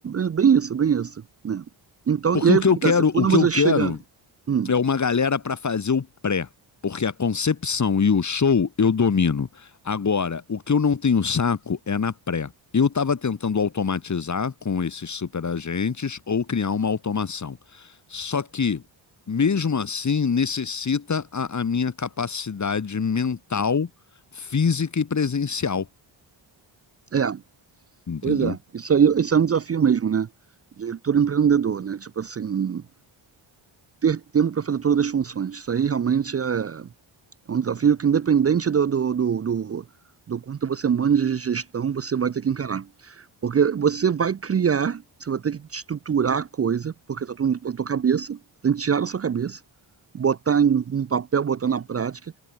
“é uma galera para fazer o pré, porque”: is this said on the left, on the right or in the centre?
Left